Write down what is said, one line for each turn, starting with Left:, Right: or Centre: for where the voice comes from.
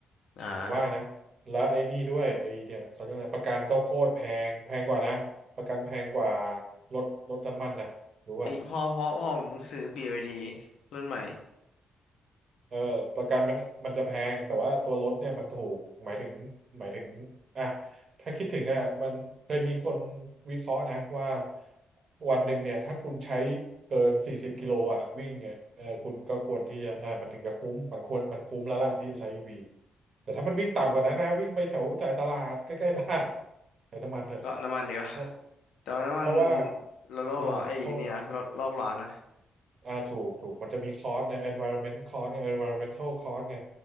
Left: อ่า
Right: ผมว่านะแล้วไอ้นี่ด้วยไอ้เนี่ยเขาเรียกอะไรประกันก็โคตรแพงแพงกว่านะประกันแพงกว่ารถรถน้ำมันนะรู้ป่ะ
Left: เอ้ยพ่อพ่อพ่อผมเพิ่งซื้อ b y รุ่นใหม่
Right: เออประกันมันมันจะแพงแต่ว่าตัวรถเนี่ยมันถูกหมายถึงหมายถึงอ่ะถ้าคิดถึงอ่ะมันเคยมีคนวิเคราะห์นะว่าวันหนึ่งเนี่ยถ้าคุณใช้เกินสี่สิบกิโลอ่ะวิ่งเนี่ยเออคุณก็ควรที่จะอ่ามันถึงจะคุ้มมันควรมันคุ้มแล้วล่ะที่ไปใช้อีวีแต่ถ้ามันวิ่งต่ำกว่านั้นนะวิ่งไปแถวจ่ายตลาดใกล้ๆบ้านใช้น้ำมันเถอะ
Left: ก็น้ำมันดีกว่า
Right: เพราะ
Left: แต่ว่าน้ำมัน
Right: เพราะว่า
Left: ลดโลกร้อนเอ้ยนี่นะลดโลกร้อนนะ
Right: เออเพราะ อ่าถูกถูกมันจะมีคอร์สนะ environment cost ไง environmental cost ไง